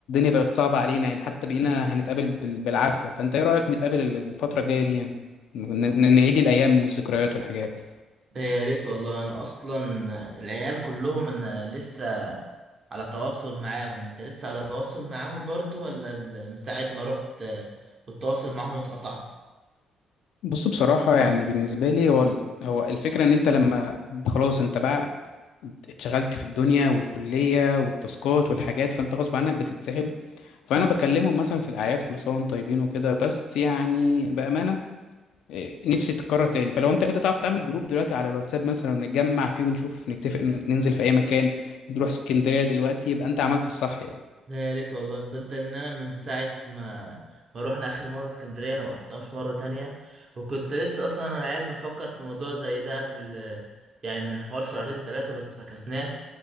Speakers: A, on the left (about 80°); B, on the right (about 45°).
A: بقت صعبة علينا يعني حتى بقينا هنتقابل بال- بالعافية فانت ايه رأيك نتقابل ال- الفترة الجاية دي يعني ن- ن- نعيد الايام والذكريات والحاجات
B: ده يا ريت والله انا اصلا العيال كلهم انا لسه على تواصل معاهم انت لسه على تواصل معاهم برضو ولا ال- من ساعة ما رحت آه، والتواصل معاهم اتقطع
A: بص بصراحة يعني بالنسبة لي هو ال- هو الفكرة ان انت لما خلاص انت بقى اتشغلت في الدنيا والكلية والتاسكات والحاجات فانت غصب عنك بتتسحل فانا بكلمهم مثلا في الاعياد كل سنه وانتم طيبين وكده بس يعني بامانه إيه، نفسي تتكرر تاني فلو انت كده تعرف تعمل جروب دلوقتي على الواتساب مثلا ونتجمع فيه ونشوف نتفق ن- ننزل في اي مكان نروح اسكندريه دلوقتي يبقى انت عملت الصح يعني
B: لا يا ريت والله تصدق ان انا من ساعه ما ما روحنا اخر مره اسكندريه انا ما رحتهاش مره تانية وكنت لسه اصلا انا العيال بفكر في موضوع زي ده قبل يعني من حوار شهرين ثلاثه بس فكسناه